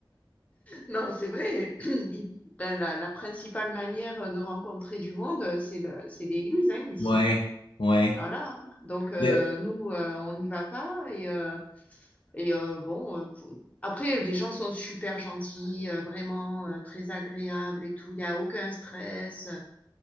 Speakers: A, on the left; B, on the left.
A: non, c'est vrai. <clears throat> il- ben, la, la principale manière de rencontrer du monde, c'est le, c'est l'église hein, ici.
B: Ouais, ouais.
A: Voilà. Donc euh,
B: Le-
A: nous, euh, on n'y va pas et euh, et euh, bon. euh, faut- Après, les gens sont super gentils, euh, vraiment euh, très agréables et tout. Il n'y a aucun stress.